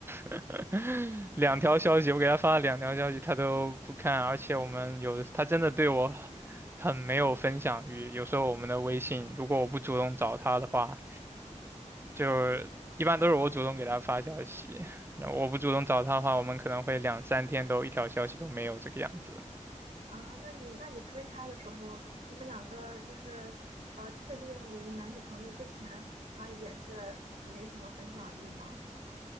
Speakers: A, on the right (about 20°); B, on the right (about 65°).
A: <laughs> 两条消息，我给他发了两条消息，他都不看，而且我们有的他真的对我很没有分享欲。有时候我们的微信，如果我不主动找他的话，就是一般都是我主动给他发消息，然后我不主动找他的话，我们可能会两三天都一条消息都没有这个样子。
B: 啊，那你那你追他的时候，你们两个就是呃确定为男女朋友之前，他也是没什么分享欲吗？